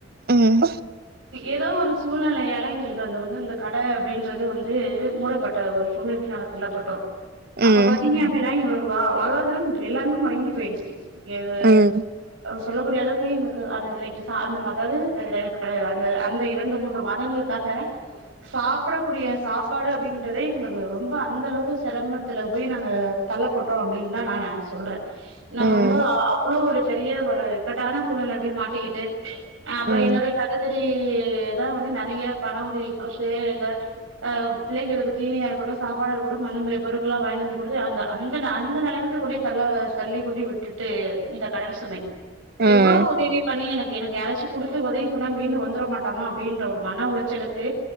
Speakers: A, on the right; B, on the right.
A: உம்
B: ஏதோ ஒரு சூழ்நிலையால எங்களுக்கு அந்த வந்து இந்த கடை அப்படின்றது வந்து மூடப்பட்ட ஒரு சூழ்நிலைக்குள்ள நாங்க தள்ளப்பட்டோம்
A: ம்
B: அப்ப பாத்தீங்க அப்படினா வா வாழ்வாதாரம் எல்லாமே முடங்கி போயிடுச்சு எது
A: ம்
B: சொல்லக்கூடிய அளவுக்கு எங்களுக்கு அந்த இன்னைக்கு அந்த அதாவது அந்த அந்த இரண்டு மூன்று மதங்களுக்காக சாப்பிடக்கூடிய சாப்பாடு அப்டின்றதே எங்களுக்கு ரொம்ப அந்தளவுக்கு சிரமத்துல போய் நாங்க தள்ளப்பட்டோம் அப்படின்னுதான் நான் சொல்றேன் நான்
A: ம்
B: ரொம்ப அவ்வளோ ஒரு பெரிய ஒரு இக்கட்டான சூழ்நிலைல போய் மாட்டிக்கிட்டு ஆ அப்பறோ
A: ம்
B: என்னோட சகோதரி தான் வந்து நிறைய பண உதவி கொடுத்து இல்ல அஹ் பிள்ளைகளுக்கு தீனியா இருக்கட்டும் சாப்பாடா இருக்கட்டும் அந்த மாதிரி பொருட்களாம் வாங்கிட்டு வந்து கொடுத்து அந்த அந்த அந்த நிலைமைக்கு கொண்டி தள்ளி கொண்டு விட்டுட்டு இந்த கடன் சுமை
A: ம் ம்
B: எவ்வளவு உதவி பண்ணி எனக் எனக்கு யாராச்சும் கொடுத்து உதவி பண்ணா மீண்டு வந்தர மாட்டாமா அப்படின்ற ஒரு மன உளைச்சலுக்கு